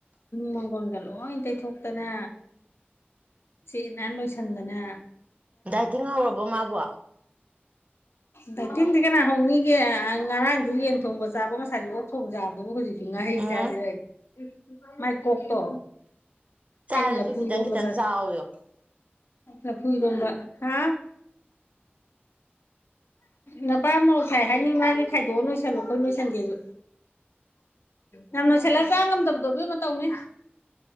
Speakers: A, on the left; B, on the right.
A: ꯃꯪꯒꯣꯟꯒ ꯂꯣꯏ ꯇꯩꯊꯣꯛꯇꯅ ꯁꯤꯠ ꯅꯟꯅ ꯂꯣꯏꯁꯟꯗꯅ
B: ꯗꯥꯏꯇꯤꯡ ꯍꯧꯔꯕꯣ ꯃꯥꯕꯣ
A: ꯗꯥꯏꯇꯤꯡꯗꯤ ꯀꯅꯥ ꯍꯧꯅꯤꯒꯦ ꯉꯔꯥꯡꯁꯨ ꯌꯦꯟ ꯊꯣꯡꯕ ꯆꯥꯕ ꯉꯁꯥꯏꯁꯨ ꯑꯣꯛ ꯆꯥꯕꯗꯨꯕꯨ ꯍꯧꯖꯤꯛꯇꯤ ꯉꯥꯍꯩ
B: ꯎꯝ
A: ꯆꯥꯖꯔꯩ ꯃꯥꯏ ꯀꯣꯛꯇꯣ
B: ꯆꯥꯔꯁꯨ
A: ꯑꯩꯅ ꯂꯥꯐꯨ
B: ꯈꯤꯇꯪ
A: ꯏꯔꯣꯝꯕ
B: ꯈꯤꯇꯪ ꯆꯥꯎꯌꯣ
A: ꯂꯥꯐꯨ ꯏꯔꯣꯝꯕ ꯍꯥ ꯅꯄꯥ ꯑꯃꯣꯁꯥꯏ ꯍꯥꯏꯅꯤ ꯃꯥꯒꯤ ꯈꯥꯏꯗꯣꯛꯑꯣ ꯂꯣꯏꯁꯜꯂꯣ ꯑꯩꯈꯣꯏ ꯂꯣꯏꯁꯟꯒꯦꯁꯨ ꯌꯥꯝ ꯂꯣꯏꯁꯤꯜꯂ ꯆꯥ ꯉꯝꯗꯕꯗꯣ ꯃꯇꯧꯅꯦ